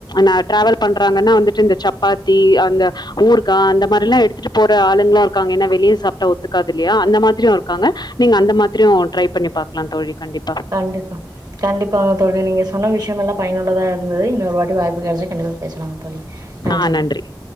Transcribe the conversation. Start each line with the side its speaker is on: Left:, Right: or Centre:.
Left: ந ட்ராவல் பண்றாங்கன்னா வந்துட்டு இந்த சப்பாத்தி அந்த ஊர்கா அந்த மாரிலா எடுத்துட்டு போற ஆளுங்களு இருக்காங்க ஏன்னா வெளியே சாப்ட்டா ஒத்துக்காது இல்லையா அந்த மாதிரியு இருக்காங்க நீங்க அந்த மாதிரியு ட்ரை பண்ணி பாக்கலா தோழி கண்டிப்பா
Right: கண்டிப்பா கண்டிப்பாக தோலி நீங்க சொன்ன விஷ்யம் எல்லா பயனுள்ளதா இருந்தது இன்னொரு வா வாய்ப்பு கடசா கண்டிப்பா பேசலாங் தோழி நன்றி
Left: ஆ நன்றி